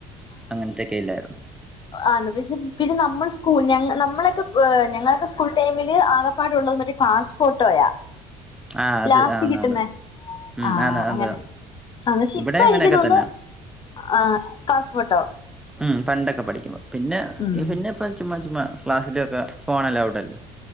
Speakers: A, in the centre; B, on the left.
A: അങ്ങനത്തെക്കെ ഇല്ലായിരുന്നു.
B: ആഹ് <unintelligible> പിന്നെ നമ്മളെ സ്കൂളില് ഞങ്ങ് നമ്മളെയെക്കെ ഏഹ് ഞങ്ങളെയൊക്കെ സ്കൂൾ ടൈമില് ആകെ പ്പാടെ ഒള്ളെ മറ്റേ ക്ലാസ്സ് ഫോട്ടോയാ
A: ആ അത്
B: ലാസ്റ്റ്
A: ആന്ന്
B: കിട്ടുന്നെ
A: ആന്ന് ഉം
B: ആഹ്
A: ആന്ന്
B: ആഹ്
A: അത്
B: അങ്ങനെ അന്നാ ശരി
A: ഇവിടെ
B: ഇപ്പ
A: അങ്ങനെയൊക്കെ
B: എനിക്ക് തോനുന്നു
A: തന്നെ
B: ആഹ് ക്ലാസ്സ് ഫോട്ടോ
A: ഉം പണ്ടൊക്കെ പഠിക്കുമ്പോ പിന്നെ
B: ഉം
A: പിന്നെ ഇപ്പ ചുമ്മാ ചുമ്മാ ക്ലാസ്സിലൊക്കെ ഫോൺ അലൗഡ് അല്ലേ